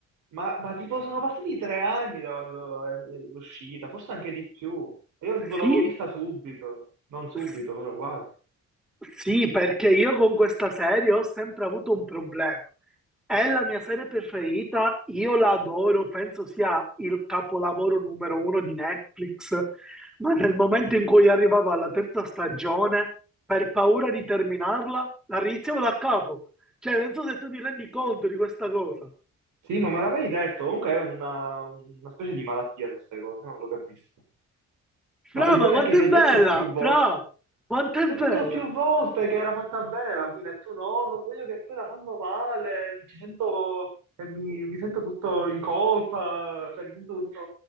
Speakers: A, on the right (about 80°); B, in the centre.
A: Ma, ma tipo sono passati tre anni da quando è è uscita, forse anche di più. E Io tipo l'avevo
B: Sì,
A: vista subito, non subito,
B: s-
A: però quasi.
B: sì, perché io con questa serie ho sempre avuto un problema. È la mia serie preferita, io la adoro, penso sia il capolavoro numero uno di Netflix, ma nel momento in cui arrivava alla terza stagione, per paura di terminarla, la riniziavo da capo. Cioè, non so se tu ti rendi conto di questa cosa.
A: Sì, ma me l'avevi detto, comunque è una, una specie di malattia queste cose, non lo capisco.
B: Fra,
A: Ma il
B: ma
A: bello
B: quanto
A: è che ti
B: è
A: ho
B: bella!
A: detto più volte,
B: Fra, quanto è
A: Ti
B: bella!
A: ho detto più volte che era fatta bene la fine, e tu no, non voglio che poi la fanno male, ci sento, e mi, mi sento tutto in colpa, cioè mi sento tutto